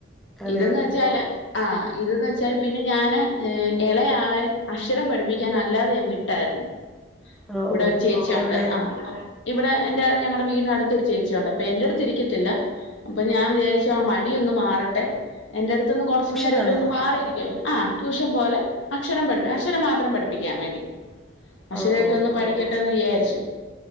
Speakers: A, in the centre; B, on the left.
A: അതെ
B: ഇതെന്ന്
A: അതെ
B: വെച്ചാല് ആ ഇതന്ന് വെച്ചാല് പിന്നെ ഞാന് ഏ എളെ ആളെ അക്ഷരം പഠിപ്പിക്കാൻ അല്ലാതെ ഞാൻ വി ട്ടായിരുന്നു
A: ഓ
B: ഇവടെ
A: ഓ
B: ഒരുചേച്ചി
A: എവിടെ
B: ഉണ്ട് ആ ഇവടെ എന്റെ ഞങ്ങടെ വീടിനട് ത്ത് ഒര് ചേച്ചിയൊണ്ട് അപ്പ എന്റെ അടുത്ത് ഇരിക്കത്തില്ല. അപ്പൊ ഞാൻ വിചാരിച്ചു ആ മടിയൊന്ന് മാറട്ടെ എന്റെടുത്ത്ന്ന് കൊർച്ച്
A: ട്യൂഷനാണോ
B: നെരെലോന്ന് മാറിയിരിക്കല്ലോ ആ ട്യൂഷൻപോലെ അക്ഷരം പഠിപ്പ് അക്ഷരം മാത്രം പഠിപ്പിക്കാൻ വേണ്ടി. അക്ഷരെ
A: ഓ
B: ഒക്കെ
A: ഓ
B: ഒന്ന് പഠിക്കട്ടെന്ന് വിയാര്ച്ചു